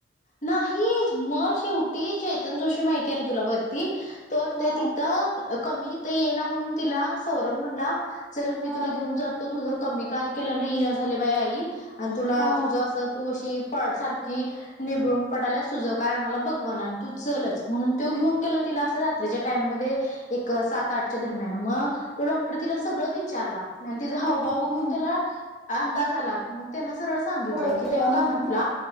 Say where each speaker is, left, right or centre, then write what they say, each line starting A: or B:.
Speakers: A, on the left; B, in the centre.
A: नाहीच म शेवटी चैतन जोशी माहितीय आहे ना तुला वर ति तो अत्त
B: हा
A: तिथं कमी इथ ये ना म्हणून तिला सौरभ म्हणला चल मी
B: हा
A: तुला घेऊन जातो तुझं कमी काय केलं नाही जाल झाले बाई आई आणि तुला
B: हा
A: तुझं तू अशी पाट सारखी निबळून पडाला सुजव काय आम्हाला बगवान आणि तू चलच म्हणून तो घेऊन गेल तिला असं रात्रीच्या टाइम मध्ये एक सात आठच्या दरम्यान मग तो डॉक्टर तिला सगळं विचारला आणि तिचा हावभाव
B: हा
A: बघून त्याला अंदाज आला मग त्यांना सरळ सांगितलं
B: ओळखलं
A: की तेव्हा काय
B: हा
A: म्हटलं